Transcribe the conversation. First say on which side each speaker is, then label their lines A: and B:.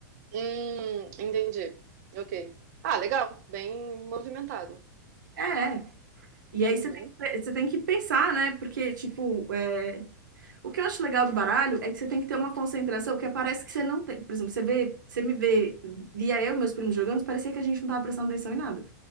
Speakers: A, on the right; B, on the right.
A: Hum, entendi. Ok. Ah, legal. Bem movimentado.
B: É, é. E aí
A: Uhum,
B: você tem, que- você tem que pensar, né? Porque, tipo, é, o que eu acho legal do baralho é que você tem que ter uma concentração que parece que você não tem. Por exemplo, você vê, você me vê, via eu e meus primos jogando, parecia que a gente não tava prestando atenção em nada.